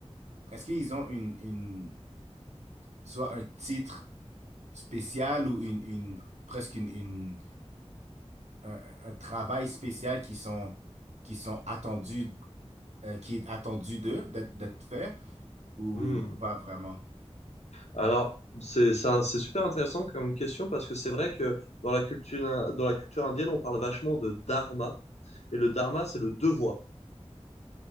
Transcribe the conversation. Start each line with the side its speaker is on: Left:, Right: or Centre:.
Right: est-ce qu'ils ont une, une, soit un titre spéciales ou une, une presque une, une- un, un travail spécial qui sont, qui sont attendus, euh, qui est attendu d'eux, d'être d'être fait, ou
Left: Hmm.
Right: pas vraiment?
Left: Alors, c'est ça, c'est super intéressant comme question parce que c'est vrai que dans la culture, dans la culture indienne, on parle vachement de dharma. Et le dharma, c'est le devoir.